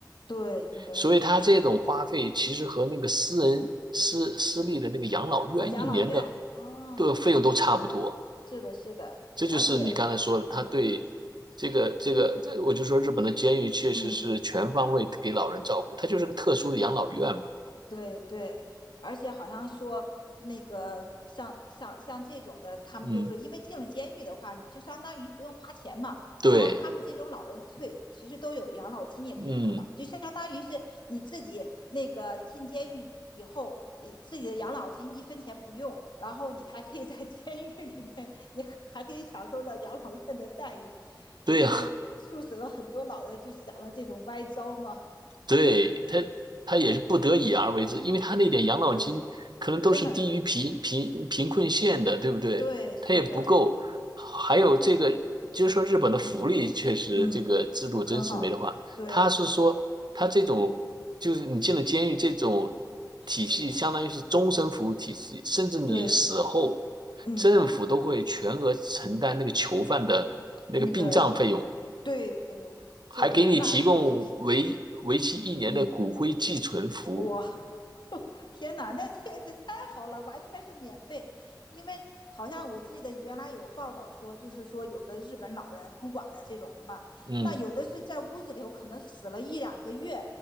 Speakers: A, on the left; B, on the right.
A: 对，应该是
B: 所以他这种花费其实和那个私人私私立的那个养老院一年的
A: 呃养老院，嗯，
B: 的费用都差不多。
A: 是的，是的，
B: 这就是你刚才说的，
A: 而且，
B: 他对这个这个，
A: 嗯
B: 我就说日本的监狱确实是全方位给老人照顾，
A: 嗯。
B: 它就是个特殊的养老院嘛。
A: 对对，而且好像说那个像像像这种的，他们就是因为进了监狱的话，
B: 嗯，
A: 你就相当于不用花钱嘛。
B: 对，
A: 然后他们这种老人退，其实都有养老金也可以拿嘛，
B: 嗯，
A: 就相当于是你自己那个进监狱以后，呃自己的养老金一分钱不用，然后你还可以在 <laughs> 监狱里面也还可以享受到养老院的待遇，
B: 对呀、
A: 所以就促使了很多老人就想了这种歪招嘛。
B: 对，他他也是不得已而为之，因为他那点养老金可能都是低于贫贫贫困线的，
A: 对，根本
B: 对不对？
A: 对，是的。
B: 他也不够，还有这个，
A: 是的，
B: 就是说日本的福利确实这个制度真是没得话。
A: 嗯嗯，很好，对，
B: 他是说他这种就是你进了监狱这种
A: 是的，
B: 体系，相当于是终身服务体系，甚至你死后，
A: 对，嗯，
B: 政府都会全额承担那个囚犯的那个殡葬费用。
A: 那个对，哎呦，这个那确实是，
B: 还给你提供为为期一年的骨灰寄存服务。
A: 嗯，哇，<laughs> 天哪，那确实太好了，完全是免费。因为好像我记得原来有报道说，就是说有的日本老人孤寡的这种了嘛，
B: 嗯
A: 那有的是在屋子里可能死了一两个月，